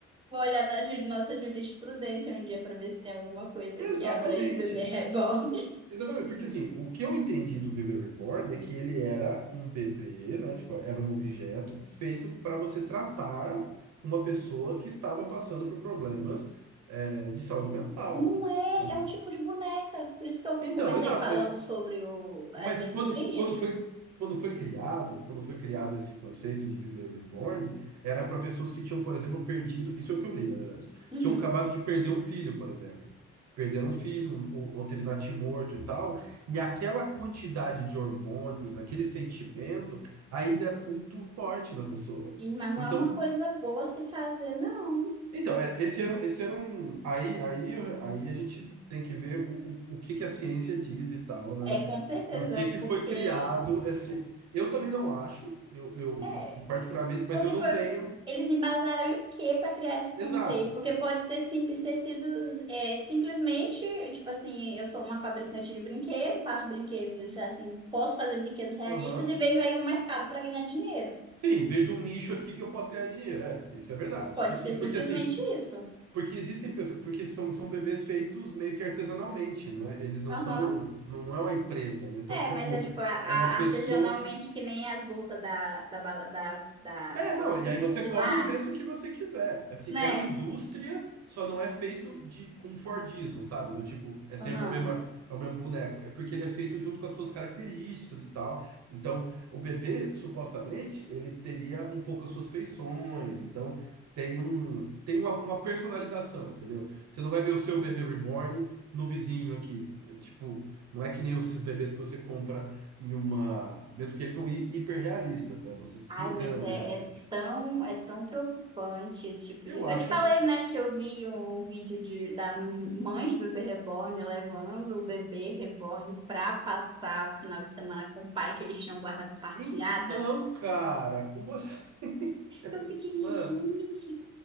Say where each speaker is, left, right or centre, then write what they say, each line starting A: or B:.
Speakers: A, on the right; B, on the right.
A: Vou olhar na ju- nossa jurisprudência um dia para ver se tem alguma coisa
B: Exatamente.
A: que abrange <laughs> esse bebê reborn.
B: Exatamente, porque assim, o que eu entendi do bebê reborn é que ele era um bebê, né? Tipo, era um objeto feito para você tratar uma pessoa que estava passando por problemas, eh, de saúde mental.
A: Não é,
B: En-
A: é um tipo de boneca. Por isso que eu
B: Então,
A: comecei
B: exato,
A: falando
B: mas
A: sobre o, as
B: Mas
A: minhas
B: quando,
A: sobrinhas.
B: quando foi, quando foi criado, quando foi criado esse conceito de bebê reborn, era para pessoas que tinham, por exemplo, perdido, isso é o que eu li, na verdade,
A: Uhum.
B: tinham acabado de perder um filho, por exemplo. Perderam um filho, um- ou, ou teve natimorto e tal, e aquela quantidade de hormônios, aquele sentimento, ainda era muito forte na pessoa.
A: E- Mas não
B: Então,
A: é uma coisa boa se fazer, não.
B: então, é, esse era, esse era um. Aí, aí, aí a gente tem que ver o, o, o que que a ciência diz e tal, né?
A: É, com certeza,
B: Por que que
A: porque
B: foi criado esse. Eu também não acho, eu, eu
A: é.
B: particularmente, mas
A: Porque
B: eu não
A: foi,
B: tenho.
A: foi- eles embasaram em quê para criar esse
B: Exato.
A: conceito? Porque pode ter, sim, ter sido é, simplesmente, tipo assim, eu sou uma fabricante de brinquedos, faço brinquedos, assim, posso fazer brinquedos realistas
B: Aham.
A: e vejo aí um mercado para ganhar dinheiro.
B: Sim, vejo um nicho aqui que eu posso ganhar dinheiro. É, isso é verdade.
A: Pode
B: E,
A: ser
B: e
A: simplesmente
B: porque assim,
A: isso.
B: porque existem pessoas, porque são, são bebês feitos meio que artesanalmente, né? Eles não
A: Aham.
B: são, não, não é uma empresa, né? Então,
A: É,
B: tipo,
A: mas é tipo, a, a-
B: é uma pessoa
A: artesanalmente
B: que
A: que nem as bolsas da, da, bala- da, da,
B: É,
A: da,
B: não, e aí você
A: de
B: cobra
A: lá,
B: o preço que você quiser. Assim,
A: né?
B: é uma indústria, só não é feito de com Fordismo, sabe? Do tipo, é sempre
A: Aham.
B: a mesma, é o mesmo boneco. É porque ele é feito junto com as suas características e tal. Então, o bebê, supostamente, ele teria um pouco as suas feições. Então, tem um, tem uma, uma personalização, entendeu? Você não vai ver o seu bebê reborn no vizinho aqui. É, Tipo, não é que nem esses bebês que você compra em uma. Mesmo que eles são hi- hiperrealistas, né? Você se
A: Ai,
B: engana
A: mas é,
B: realmente.
A: é tão, é tão preocupante esse tipo
B: Eu
A: de. Eu
B: acho
A: te falei,
B: absurdo.
A: né, que eu vi um um vídeo de, da mãe de bebê reborn levando o bebê reborn pra passar o final de semana com o pai, que eles tinham guarda compartilhada.
B: Então, cara, como assim? <laughs>
A: Eu fiquei,
B: Mano.
A: gente,